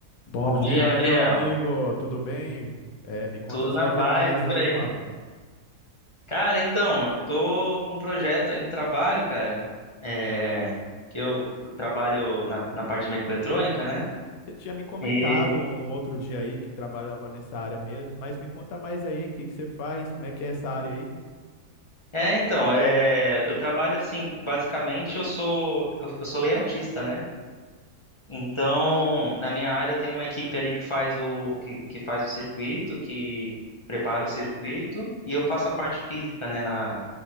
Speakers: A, on the left; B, on the left.
A: Bom
B: Bom dia,
A: dia, Gabriel.
B: meu amigo, tudo bem? É, me conta
A: Tudo
B: as
A: na
B: novidades
A: paz e por
B: aí,
A: aí.
B: mano.
A: Cara, então, eu tô com um projeto aí no trabalho, cara. É, que eu trabalho na, na parte de microeletrônica, né?
B: Você tinha me comentado
A: E
B: um outro dia aí que trabalhava nessa área mesmo, mas me conta mais aí, o que que você faz, como é que é essa área aí?
A: é, então, é, eu trabalho assim, basicamente eu sou eu, eu sou layoutista, né? Então, na minha área tem uma equipe ali que faz o que, que faz o circuito, que prepara o circuito, e eu faço a parte física, né, na